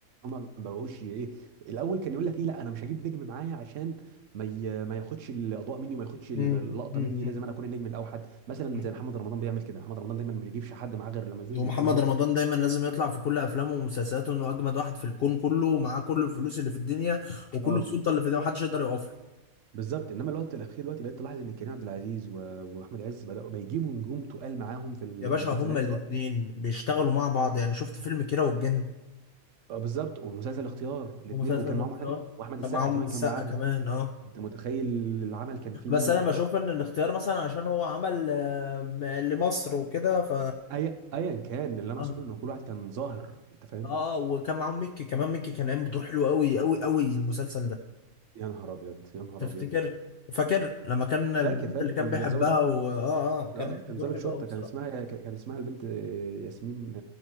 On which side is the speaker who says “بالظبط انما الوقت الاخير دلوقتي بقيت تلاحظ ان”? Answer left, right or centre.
Right